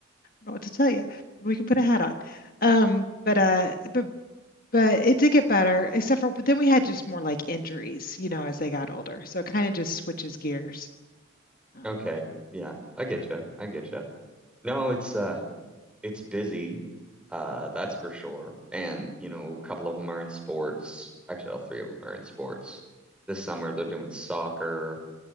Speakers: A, on the left (about 45°); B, in the centre.
A: know what to tell you. We can put a hat on. Um, but, uh, but But it did get better, except for but then we had just more like injuries, you know, as they got older. So it kind of just switches gears. Um,
B: Okay. Yeah, I get you. I get you. No, it's uh it's busy, uh, that's for sure. And, you know, a couple of them are in sports. Actually, all three of them are in sports. This summer they're doing soccer